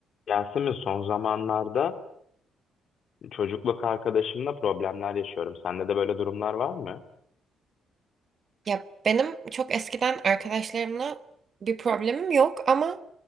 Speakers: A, on the left (about 60°); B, on the right (about 45°).
A: Yasemin son zamanlarda çocukluk arkadaşımla problemler yaşıyorum. Sende de böyle durumlar var mı?
B: Ya benim çok eskiden arkadaşlarımla bir problemim yok ama